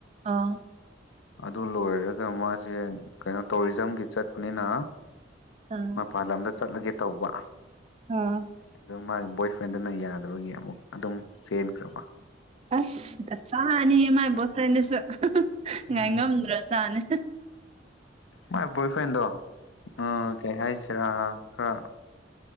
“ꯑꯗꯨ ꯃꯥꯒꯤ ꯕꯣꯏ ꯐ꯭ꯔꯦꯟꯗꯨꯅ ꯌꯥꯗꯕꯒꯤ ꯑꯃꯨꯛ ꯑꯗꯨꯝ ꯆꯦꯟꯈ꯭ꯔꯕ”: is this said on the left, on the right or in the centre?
Left